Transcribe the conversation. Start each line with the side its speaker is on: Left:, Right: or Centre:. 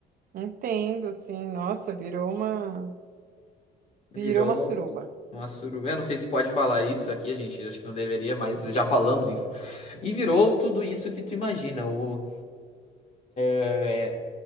Right: entendo, sim. Nossa, virou uma,
Left: Virou
Right: virou uma suruba.
Left: uma suruba. Eu não sei se pode falar isso aqui, a gente acho que não deveria, mas já falamos, enfim. E virou tudo isso que tu imagina, o é,